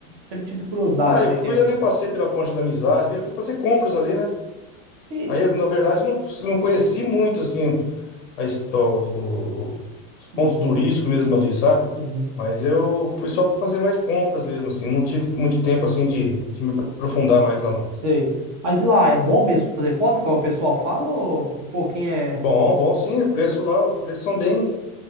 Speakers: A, on the right; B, on the left.
A: Sempre tive curiosidade
B: Ah,
A: como
B: eu fui
A: é que é.
B: ali, eu passei pela Ponte da Amizade, ali, eu fui fazer compras ali, né?
A: E...
B: Aí, eu, na verdade, não, não conheci muito, assim, a his- ó, o- os pontos
A: Uhum,
B: turísticos mesmo ali, sabe?
A: uhum.
B: Mas eu fui só para fazer mais compras mesmo, assim. Não tive muito tempo, assim, de, de me aprofundar mais lá, não.
A: Sei. Mas e lá, é bom mesmo fazer compra, como o pessoal fala, ou um pouquinho é.
B: Bom, bom, sim. O preço lá, os preços são bem,